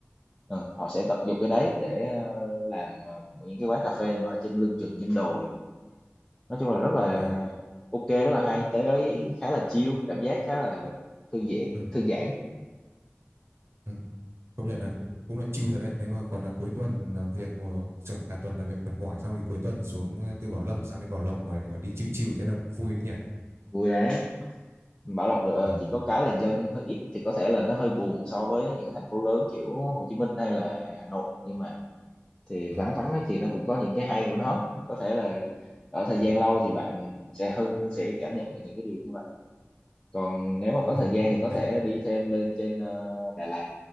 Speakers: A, on the left; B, on the right.
A: Ờ, họ sẽ tận dụng cái đấy để ờ, làm ờ, những cái quán cà phê mà ở trên lưng chừng trên đồi nói chung là rất là
B: à,
A: ok rất là hay tới đấy khá là chill cảm giác khá là thư giãn
B: ừ,
A: thư giãn
B: ừ. công nhận là cũng cũng là chill thật đấy nếu mà còn là cuối tuần làm việc mà sợ cả tuần làm việc mệt mỏi xong thì cuối tuần xuống ờ, từ Bảo Lâm sang đến Bảo Lộc mà để gọi đi chill chill thế là cũng vui đấy nhỉ
A: vui đấy Bảo Lộc được ờ,
B: ừ,
A: chỉ có cái là dân hơi ít thì có thể là nó hơi buồn so với những cái thành phố lớn kiểu Hồ Chí Minh hay là Hà Nội nhưng mà thì
B: ừ,
A: vắng vắng nó thì nó cũng có những cái hay của nó có thể là ở thời
B: ừ,
A: gian lâu thì bạn sẽ hơn sẽ cảm nhận được những cái điều như vậy còn nếu mà có
B: ừ.
A: thời gian thì có
B: Đấy,
A: thể đi thêm lên trên ờ, Đà Lạt